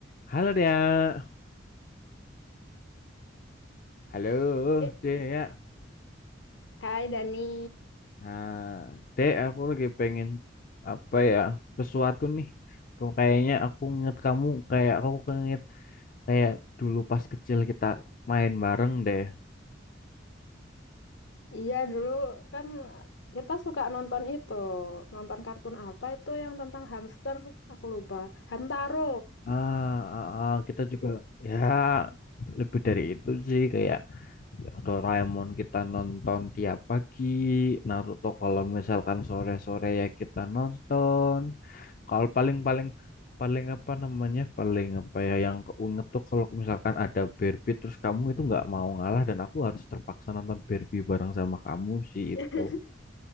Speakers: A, on the left; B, on the left.
A: Halo Dea. Halo
B: Eh,
A: Dea.
B: Hai Dani,
A: Nah, Dea aku lagi pengen apa ya? Sesuatu nih. Kau- Kayaknya aku inget kamu kayak aku nginget kayak dulu pas kecil kita main bareng deh.
B: iya dulu kan kita suka nonton itu, nonton kartun apa itu yang tentang hamster, aku lupa, Hamtaro.
A: Ah, ah, ah, kita juga ya lebih dari itu sih kayak Ya, Doraemon kita nonton tiap pagi, Naruto kalau misalkan sore-sore ya kita nonton. Kalau paling-paling paling apa namanya? Paling apa ya yang keinget tuh kalau misalkan ada Barbie terus kamu itu nggak mau ngalah dan aku harus terpaksa nonton Barbie bareng sama kamu sih
B: <laughs>
A: itu.